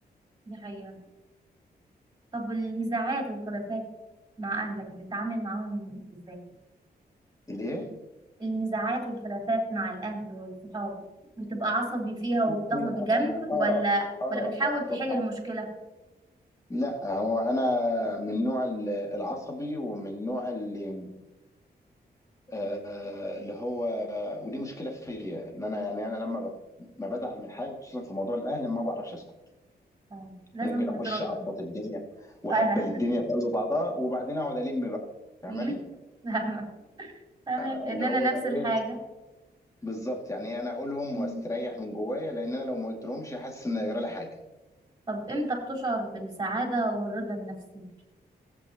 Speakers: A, on the right; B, on the left.
A: دي حقيقه طب النزاعات والخلافات مع اهلك بتتعامل معاهم ازاي
B: ليه؟
A: النزاعات والخلافات مع الاهل والصحاب بتبقى عصبي فيها وبتاخد
B: بصي
A: جنب
B: انا
A: ولا
B: اه اه
A: ولا بتحاول
B: اه
A: تحل
B: طبعا
A: المشكله
B: لا هو انا من نوع ال- العصبي ومن نوع اللي آه اللي هو ودي مشكله فيا ان انا يعني انا لما ب- ما بزعل من حاجه خصوصا في موضوع الاهل ما بعرفش اسكت
A: اه لازم
B: ممكن اخش
A: بترد
B: اعبط الدنيا وهبل
A: انا
B: الدنيا في قلب بعضها وبعدين اقعد الم بقى فاهماني
A: <laughs> فاهمه فاهمه
B: آه،
A: لان
B: اللي
A: انا
B: هو ايه
A: نفس الحاجه
B: بالظبط يعني إيه انا اقولهم
A: مم.
B: واستريح من جوايا لان انا لو ما قلتلهمش حاسس ان هيجرى لي حاجه
A: طب امتى بتشعر بالسعاده والرضا النفسي